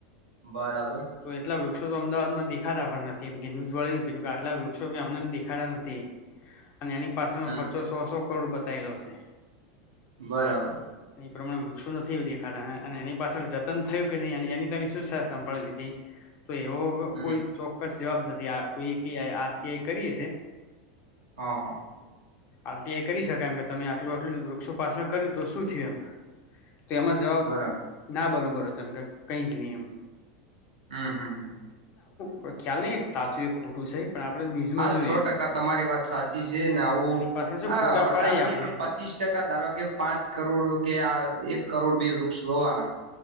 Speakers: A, on the right (about 85°); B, on the left (about 45°).
A: બરાબર.
B: તો એટલા વૃક્ષો તો અમદાવાદમાં દેખાતા પણ નથીમ કે ન્યુઝ વળે એ કીધું કે આટલા વૃક્ષો કે અમને દેખાતા નથી. અને એની પાસેનો
A: હમ
B: ખર્ચો સો સો કરોડ બતાયેલો છે.
A: બરાબર.
B: એ પ્રમાણે વૃક્ષો નથી એું દેખાતા અને એ પાળ જતન થયું કે નહી અને એની તમે શું સાભળી લીધી તો એવો
A: હમ
B: કોઈ ચોક્કસ જવાબ નથી કોઈ આરટીઆઈ કરીએ શે.
A: હા હા.
B: આરટીઆઈ કરી શકાય એમ કે તમે આટલું આટલું વૃક્ષો પાસણ કર્યું તો શું થયું અમ તો એમાં જવાબ
A: બરાબર
B: ના બરોબર હતો એમ કે કઈ જ નહી એમ.
A: હમ્મ હમ્મ હમ્મ.
B: કોઈ ખ્યાલ નહી એક સાચું એક ખોટું છે. પણ આપણે ન્યૂઝમાં
A: હા
B: જોઈએ
A: સો
B: એમ.
A: ટકા તમારી વાત સાચી છે ને આવું
B: એની પાછળ શું
A: આ
B: ફોટા
A: વધારે
B: પડે
A: નહી
B: આપણે
A: પણ પચીસ ટકા ધારો કે પાંચ કરોડ કે આ એક કરોડ ભી વૃક્ષ હોવાના